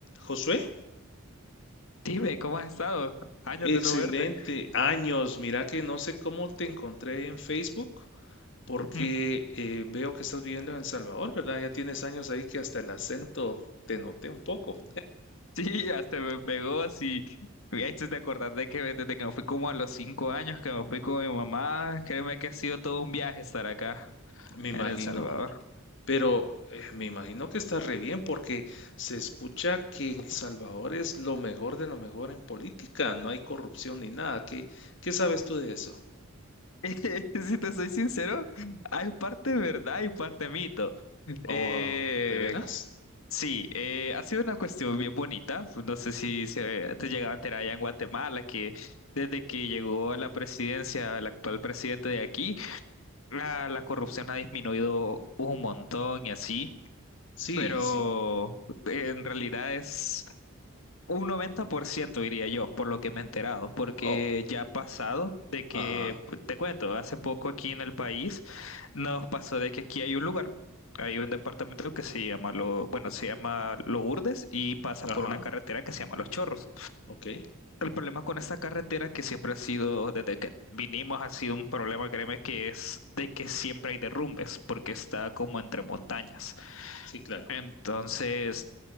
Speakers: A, on the left; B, on the left.
A: Josué,
B: Dime, ¿cómo has estado? Años
A: excelente.
B: de no verte.
A: Años, mira que no sé cómo te encontré en Facebook, porque
B: <laughs>
A: eh, veo que estás viviendo en El Salvador, ¿verdad? Ya tienes años ahí que hasta el acento te noté un poco,
B: Sí, hasta me pegó, sí. Me hiciste de acordar de que desde que me fui como a los cinco años, que me fui con mi mamá, créeme que ha sido todo un viaje estar acá,
A: me imagino.
B: en El Salvador.
A: Pero eh, me imagino que estás re bien, porque se escucha que en El Salvador es lo mejor de lo mejor en política, no hay corrupción ni nada. ¿Qué, qué sabes tú de eso?
B: <laughs> Si te soy sincero, hay parte verdad y parte mito.
A: Oh,
B: Eh,
A: ¿de veras?
B: sí, eh, ha sido una cuestión bien bonita. No sé si se, te llegaba a enterar allá en Guatemala que desde que llegó a la presidencia, el actual presidente de aquí, la, la corrupción ha disminuido un montón y así,
A: Sí,
B: pero
A: sí.
B: en realidad es un 90% diría yo, por lo que me he enterado, porque
A: Oh,
B: ya ha pasado de que,
A: ajá,
B: pues, te cuento, hace poco aquí en el país nos pasó de que aquí hay un lugar. Hay un departamento que se llama lo, bueno, se llama Lourdes y pasa
A: ajá,
B: por una carretera que se llama Los Chorros.
A: ok,
B: El problema con esta carretera que siempre ha sido, desde que vinimos, ha sido un problema, créeme, que es de que siempre hay derrumbes, porque está como entre montañas.
A: sí, claro,
B: Entonces,